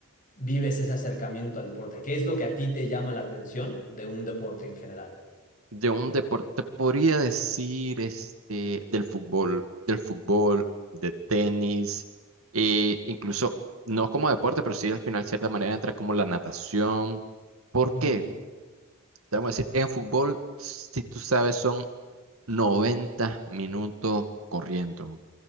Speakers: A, on the left (about 40°); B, on the right (about 75°).
A: vives ese acercamiento al deporte? ¿Qué es lo que a ti te llama la atención de un deporte en general?
B: De un deporte, podría decir, este, del fútbol, del fútbol, de tenis, e incluso, no como deporte, pero sí al final, de cierta manera, entra como la natación. ¿Por
A: Ujú,
B: qué? Te vamos a decir, en fútbol, si tú sabes, son 90 minutos corriendo.